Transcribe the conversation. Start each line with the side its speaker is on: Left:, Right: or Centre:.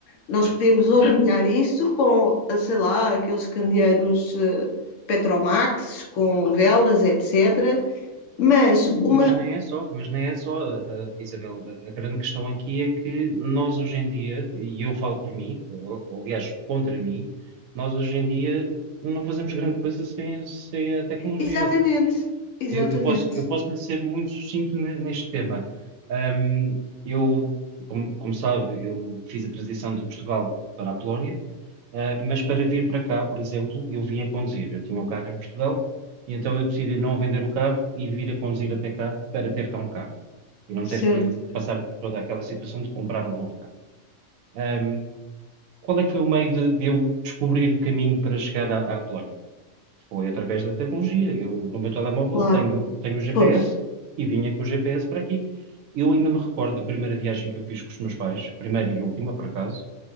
Left: nós
Right: certo.
Left: podemos obviar isso com, eh, sei lá, aqueles candeeiros eh, Petromax, com velas, etc. Mas uma.
Right: Mas nem é só, mas nem é só, uh, uh, Isabel. A, a grande questão aqui é que nós hoje em dia, e eu falo por mim, ou, ou, aliás, contra mim, nós hoje em dia não fazemos grande coisa sem, sem a tecnologia.
Left: Exatamente, exatamente.
Right: Eu, eu posso, eu posso lhe ser muito sucinto ne- neste tema. Ahm, eu, como, como sabe, eu fiz a transição de Portugal para a Polónia. Ah, mas para vir para cá, por exemplo, eu vim a conduzir. Eu tinha um carro em Portugal e então eu decidi não vender o carro e vir a conduzir até cá para ter cá um carro e não
Left: Certo,
Right: ter que passar por toda aquela situação de comprar um novo carro. Ahm, qual é que foi o meio de, de eu descobrir o caminho para chegar à, à Polónia? Foi através da tecnologia. Eu, no meu telemóvel,
Left: claro.
Right: tenho, tenho o GPS
Left: Pois,
Right: e vinha com o GPS para aqui. Eu ainda me recordo da primeira viagem que eu fiz com os meus pais, primeira e última, por acaso,